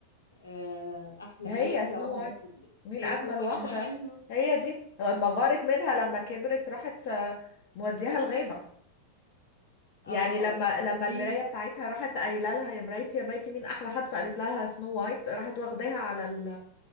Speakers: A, on the left (about 75°); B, on the left (about 45°).
A: آه احلى
B: هي
A: انا احلى
B: سنو
A: واحدة
B: وايت
A: في ال-
B: مين
A: هي
B: أجمل
A: سنو وايت
B: واحدة
A: امال انهي
B: هي دي لما غارت منها لما كبرت راحت آه، موديها الغابة يعني
A: اه
B: لما لما
A: دي
B: المرايه بتاعتها راحت قايله لها يا مرايتي يا مرايتي مين احلى حد فقالت لها سنو وايت راحت واخداها على ال...